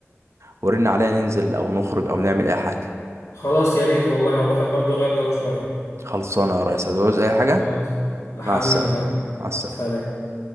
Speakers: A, on the right; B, on the left.
A: ورن عليا ننزل او نخرج او نعمل اي حاجه
B: خلاص يا ريت والله والواحد برضو يغير جو شوية
A: خلصانه يا ريس هتعوز اي حاجه
B: خلاص حبيبي
A: مع السلامة
B: تمام
A: مع السلامة
B: سلام